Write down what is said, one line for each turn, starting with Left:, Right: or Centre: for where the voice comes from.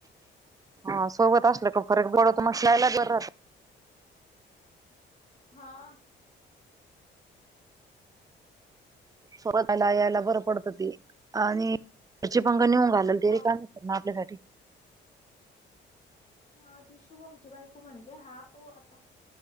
Right: हा सोबत असल का फरक पड--वतो मग ला. <unintelligible>
Left: हा.
Right: सोबत यला यायला बरं पडतं ती आणि रची पंघ नेऊन घालाल तरी
Left: हो
Right: का. ना आपल्यासाठी.
Left: हम ती शुभमची बायको म्हणले हा पोरा.